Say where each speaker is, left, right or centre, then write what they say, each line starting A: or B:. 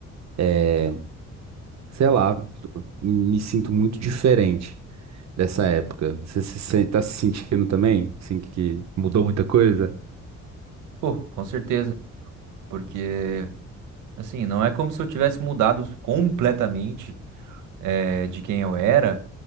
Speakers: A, on the right (about 60°); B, on the right (about 80°).
A: é, sei lá, tô- me sinto muito diferente dessa época. Você se, sen- tá se sentindo também? Assim, que mudou muita coisa?
B: Pô, com certeza, porque, assim, não é como se eu tivesse mudado completamente, eh, de quem eu era.